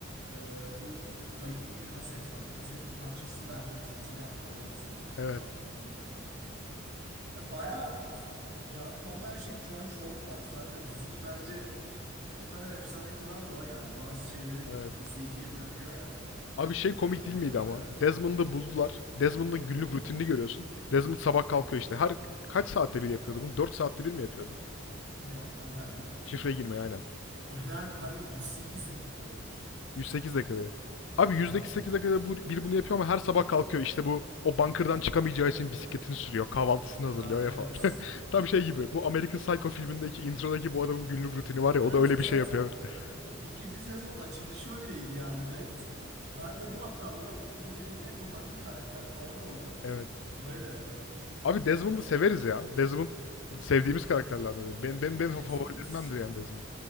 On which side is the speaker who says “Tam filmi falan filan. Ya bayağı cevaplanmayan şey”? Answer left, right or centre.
Right